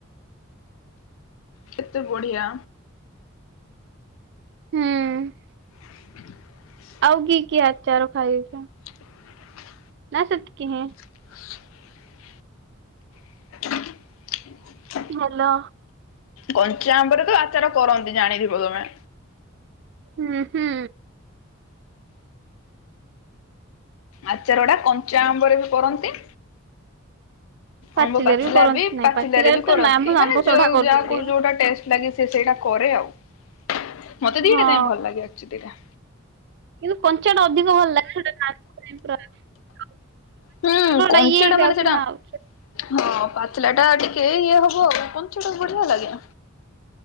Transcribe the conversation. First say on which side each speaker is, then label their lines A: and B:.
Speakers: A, on the left; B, on the right.
A: କେତେ ବଢ଼ିଆ।
B: ହୁଁ।
A: <inaudible>
B: ଆଉ କି କି ଆଚାର ଖାଇଛ?
A: <inaudible>
B: ନା ସେତିକି ହିଁ।
A: <inaudible> <inaudible>
B: ହାଲୋ?
A: କଞ୍ଚା ଆମ୍ବରେ ତ ଆଚାର କରନ୍ତି ଜାଣିଥିବ ତମେ।
B: ହୁଁ ହୁଁ।
A: ଆଚାର ଗୁଡ଼ା କଞ୍ଚା ଆମ୍ବରେ ବି କରନ୍ତି
B: ପାଚିଲାରେ
A: ଆମ୍ବ ପାଚିଲା
B: କରନ୍ତି
A: ବି
B: ନାଇଁ
A: ପାଚିଲାରେ ବି କରନ୍ତି।
B: ତ ଆମ୍ବ
A: ମାନେ
B: ଆମ୍ବ
A: ଯୋଉ
B: ସଢା କରୁଛନ୍ତି।
A: ଯାହା କୁ ଯୋଉଟା ଟେଷ୍ଟ ଲାଗେ ସେ ସେଇଟା କରେ ଆଉ। ମତେ ଦିଟା
B: ହଁ
A: ଯାକେ ଭଲ ଲାଗେ <unintelligible> ଦିଟା।
B: କିନ୍ତୁ କଞ୍ଚା ଟା ଅଧିକ ଭଲ ଲାଗେ। <unintelligible>
A: ହୁଁ
B: ଟା
A: କଞ୍ଚାଟା
B: ଇଏ ହେଇଯାଉଛି
A: ମାନେ ସେଟା
B: ନା ଆଉ।
A: ହଁ ପାଚିଲା ଟା ଟିକେ ଇଏ ହବ ଆଉ। କଞ୍ଚାଟା ବଢ଼ିଆ ଲାଗେ।